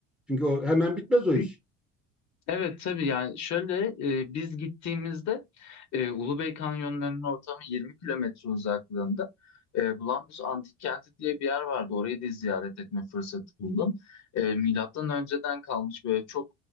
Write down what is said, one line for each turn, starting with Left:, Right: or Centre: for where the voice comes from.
Centre: Çünkü o hemen bitmez o iş.
Left: E, Evet tabii yani şöyle e, biz gittiğimizde e, Ulubey Kanyonları'nın ortamı 20 kilometre uzaklığında. E, Bulambuz Antik Kenti diye bir yer vardı. Orayı da ziyaret etme fırsatı buldum. E, milattan önceden kalmış böyle çok